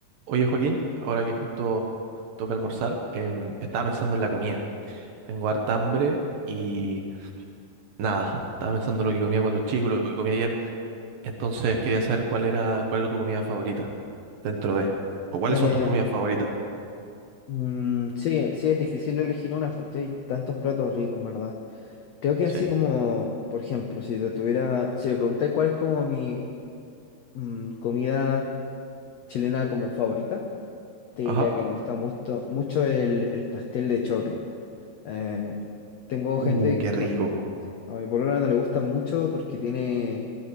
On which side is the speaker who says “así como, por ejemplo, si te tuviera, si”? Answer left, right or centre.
Left